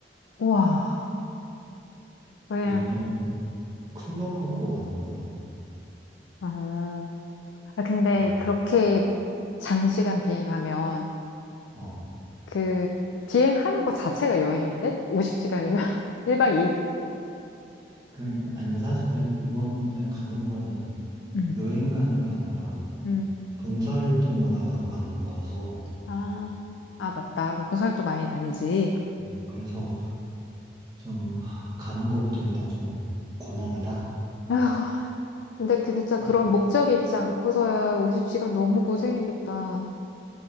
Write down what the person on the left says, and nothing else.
우와. 그냥
아, 아, 근데
그렇게 장시간 비행하면
그 비행하는 거 자체가 여행인데? 50시간이면 1박 2일.
<laughs> 음.
음.
아, 아, 맞다. 너 군산도 많이 다니지.
아, 근데 그 진짜
그런 목적이 있지 않고서야 50시간 너무 고생이겠다.